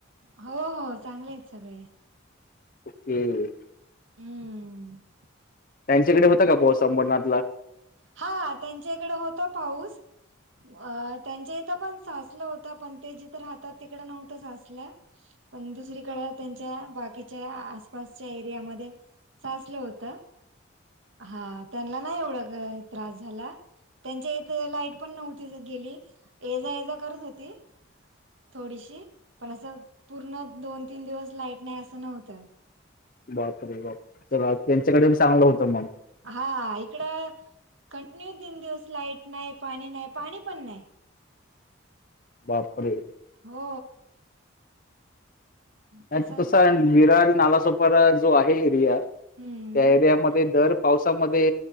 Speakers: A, on the right; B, on the left.
A: हो हो चांगले आहेत सगळे
B: ह ह.
A: हम.
B: त्यांच्याकडे होता का पाऊस अभरनाथला
A: हा त्यांच्याकडे होता पाऊस. अ त्यांच्या इथं पण साचलं होत पण ते जिथ राहतात तिकड नव्हतं साचलं. पण दुसरीकडे त्यांच्या बाकीच्या आसपासच्या एरियामध्ये. साचलं होत हा त्यांना नाही एवढा त्रास झाला त्यांच्या इथ लाईट पण नव्हती गेली ए जा ये जा करत होती. थोडीशी पण असं पूर्ण दोन तीन दिवस लाईट नाही असं नव्हतं.
B: बापरे बापरे चला त्यांच्याकडे चांगलं होत मग.
A: हा इकड कंटिन्यू तीन दिवस लाईट नाही पाणी नाही पाणी पण नाही.
B: बापरे?
A: हो.
B: नाही
A: कसा
B: तसा विरार नालासोपारा जो आहे एरिया त्या
A: हम्म
B: एरियामध्ये दर पावसामध्ये